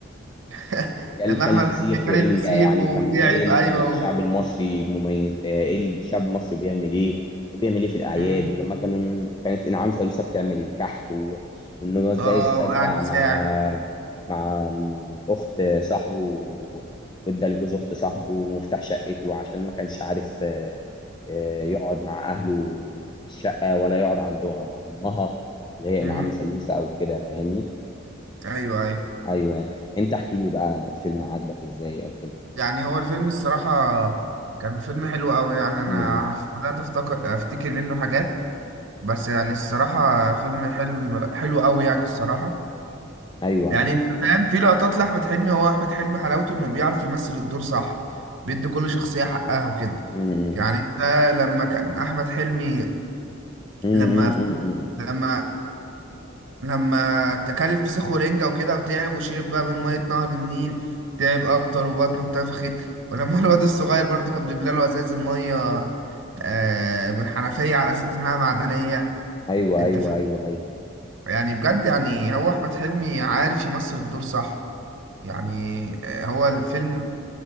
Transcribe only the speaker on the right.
<laughs>
لما
أحمد
حلمي كل
الفسيخ
وتعب
أيوه
و...
مم.
اه
وقاعد يساعد
امم
ايوه ايوه
يعني هو الفيلم الصراحة كان فيلم حلو قوي يعني انا
بدأت افتكر افتكر منه حاجات بس يعني الصراحة فيلم حلم حلو قوي يعني الصراحة
يعني انت فاهم في لقطات لأحمد حلمي هو احمد حلمي حلاوته انه بيعرف يمثل الدور صح بيدي كل شخصية حقها وكده
يعني انت لما كان احمد حلمي
لما لما لما تكل الفسيخ ورنجة وكده وتعب وشرب بقى من مية نهر النيل تعب أكتر وبطنه اتنفخت ولما <laughs> الواد الصغير برضو كان بيملى له ازاز المية آه، من حنفية على أساس إنها معدنية
أنت
فاهم
يعني بجد يعني هو أحمد حلمي عارف يمثل الدور صح يعني آه، هو الفيلم